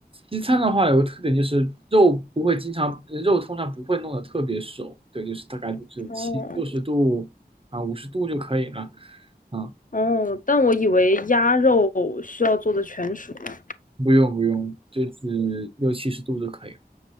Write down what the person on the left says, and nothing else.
哦
哦，但我以为鸭肉需要做的全熟呢。